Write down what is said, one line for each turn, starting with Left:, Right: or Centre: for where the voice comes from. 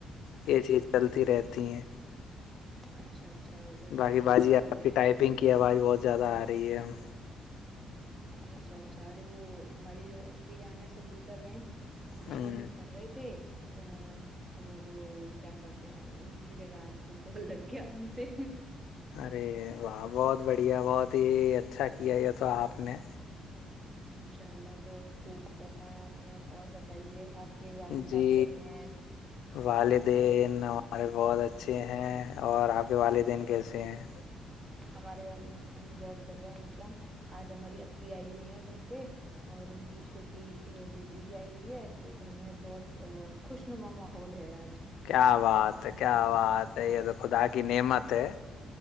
Left: یہ چیز چلتی رہتی ہیں
Right: اچھا اچھا بہت
Left: باقی
Right: خوب
Left: باازی
Right: اور
Left: آپ
Right: نے
Left: کی ٹائپنگ کی آواز بہت زیادہ آ رہی ہے ہم
Right: اچھا اچھا اوررے وہ ہماری جو ای جان ہے سنگیتا بہن ان
Left: ہوں
Right: کو ہم کر رہے تھے ا اور کیا کرتے ہیں ان کی جگہ آپ کو بت لگ گیا ان سے
Left: ارے واہ بہت بڑھیا بہت ہی اچھا کیا یہ تو آپ نے
Right: انشاء اللہ بہت خوب فرمایا آپ نے اور بتائیے آپ کے والد صاحب
Left: جی
Right: کیسے ہیں
Left: والدین ہمارے بہت اچھے ہیں اور آپ کے والدین کیسے ہیں
Right: ہمارے والد دین بہت بڑھیا ہے ایک دم آج ہماری اپی آئی ہوئی ہے گھر پہ اور ان کی چھوٹی بیٹی بھی آئی ہوئی ہے تو گھر میں بہت خوش نوا ماحول ہے آج
Left: کیا بات ہے کیا بات ہے یہ تو خدا کی نعمت ہے